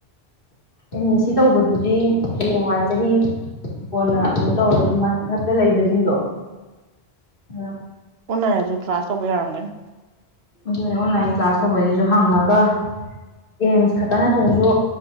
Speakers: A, on the left; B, on the right.
A: ꯑꯦꯟ ꯑꯦꯁ ꯁꯤ ꯇꯧꯕꯗꯨꯗꯤ ꯍꯌꯦꯡ ꯋꯥꯏ ꯆꯍꯤ ꯀꯣꯟꯅ ꯑꯃꯨꯛ ꯇꯧꯔꯁꯨ ꯉꯛꯇ ꯂꯩꯕꯁꯤꯡꯗꯣ ꯑ
B: ꯑꯣꯅꯥꯁꯨ ꯀ꯭ꯂꯥꯁ ꯇꯧꯕ ꯌꯥꯔꯝꯒꯅꯤ
A: ꯑꯗꯨꯅ ꯑꯣꯟꯂꯥꯏꯟ ꯀ꯭ꯂꯥꯁ ꯇꯧꯕꯁꯤꯁꯨ ꯍꯪꯉꯒ ꯑꯦꯝꯁ ꯈꯛꯇ ꯅꯠꯇ꯭ꯔꯁꯨ